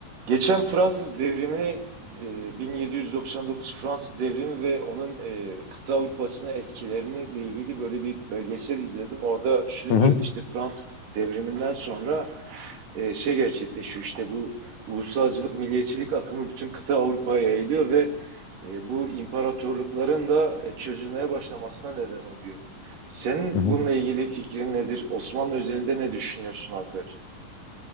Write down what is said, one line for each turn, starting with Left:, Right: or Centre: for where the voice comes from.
Right: Geçen Fransız Devrimi e, 1799 Fransız devrimi ve onun e, kıta Avrupa'sına etkilerini ilgili böyle bir belgesel izledim. Orada şunu
Left: Hı
Right: diyordu
Left: hı.
Right: işte Fransız devriminden sonra e, şey gerçekleşiyor işte bu ulusalcılık, milliyetçilik akımı bütün kıta Avrupa'ya yayılıyor ve e, bu imparatorlukların da e, çözülmeye başlamasına neden oluyor. Senin
Left: hı hı.
Right: bununla ilgili fikrin nedir? Osmanlı özelinde ne düşünüyorsun Alper?